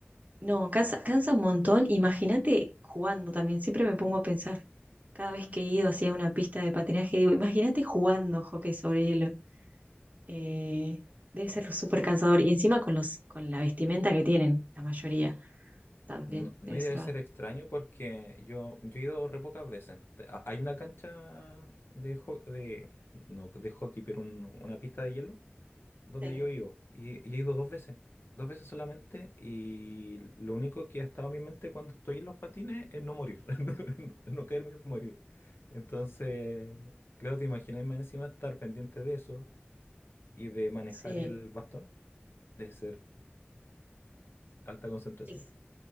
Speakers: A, on the right; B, on the left.
A: no, cansa, cansa un montón. Imagínate jugando también. Siempre me pongo a pensar. Cada vez que he ido hacia una pista de patinaje, digo, imagínate jugando hockey sobre hielo. Eh, debe ser súper cansador. Y encima con los, con la vestimenta que tienen, la mayoría también.
B: No, no,
A: Debe
B: y debe
A: ser
B: ser extraño porque yo, yo he ido re pocas veces. Te- a- Hay una cancha de, ho- de no de hockey, pero un- una pista de hielo donde
A: bastante.
B: yo he ido. Y, y he ido dos veces. Dos veces solamente. Y lo único que ha estado en mi mente cuando estoy en los patines es no morir. <laughs> No, no- no caerme y morir. Entonces, claro, te imaginas más encima estar pendiente de eso y de manejar
A: Sí.
B: el bastón, de ser alta concentración.
A: Sí.